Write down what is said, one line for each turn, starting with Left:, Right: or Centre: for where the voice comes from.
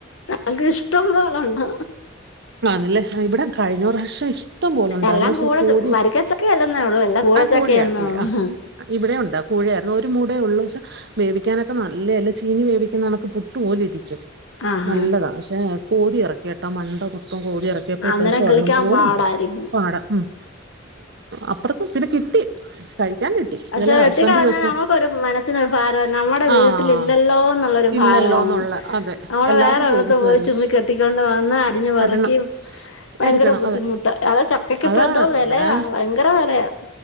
Left: നക്ക് ഇഷ്ടം പോലെണ്ട്
Right: ആന്നല്ലേ ഇവിടെ കഴിഞ്ഞ പ്രാവശ്യം ഇഷ്ടം പോലെ ഉണ്ടായിരുന്നു
Left: എല്ലാം കൂഴ
Right: കോതി
Left: വരിക്കച്ചക്കയല്ലെന്നേ ഉള്ളൂ എല്ലാം കൂഴച്ചക്കയെന്നേ
Right: ആ കോഴയാ കോഴ
Left: ഉള്ളൂ
Right: ഇവിടെ ഉണ്ടാ കോൂഴയാ ഒരു മൂടേ ഉള്ളൂ പക്ഷെ വേവിക്കാനൊക്കെ നല്ലേ അല്ല ചീനി വേവിക്കുന്ന കണക്ക് പുട്ടുപോലെ ഇരിക്കും
Left: ആഹാ
Right: നല്ലതാ പക്ഷേ കോതി ഇറക്കിട്ടോ മണ്ട മുത്തും കോതി ഇറക്കി ചെലപ്പോ ഇപ്രാവശ്യം
Left: അന്നേരം
Right: ഒരെണ്ണം
Left: കിളിക്കാൻ
Right: പോലും
Left: പാടായിരിക്കും
Right: പാട മം അപ്പുറത്തത്തിന്നെ കിട്ടി കഴിക്കാൻ
Left: പക്ഷെ
Right: ഇന്നലെ
Left: വെട്ട
Right: ഹസ്ബൻഡ്
Left: കളഞ്ഞാൽ
Right: ഒരു ദിവസം
Left: നമുക്കൊരു മനസ്സിനൊരു ഭാര നമ്മുടെ
Right: ആഹ്
Left: വീട്ടിലില്ലല്ലോ എന്നുള്ളൊരു
Right: ഇല്ലല്ലോന്നുള്ള
Left: ഭാരമാണ്
Right: അതെ
Left: അവള്
Right: എല്ലാരും
Left: വേറെവിടത്തെ
Right: ചോദിക്കുവായിരുന്നു
Left: പോയി ചുമ്മി കെട്ടിക്കൊണ്ട് വന്ന് അരിഞ്ഞഞ്
Right: വരണം
Left: വറക്കി ഭയങ്കര
Right: എടുക്കണം
Left: ബുദ്ധിമുട്ടാ
Right: അതെ
Left: അത ചക്കക്
Right: അതാ
Left: ഇപ്പോ എന്തോ വിലയ
Right: ഇവിടെ
Left: ഭയങ്കര വിലയാ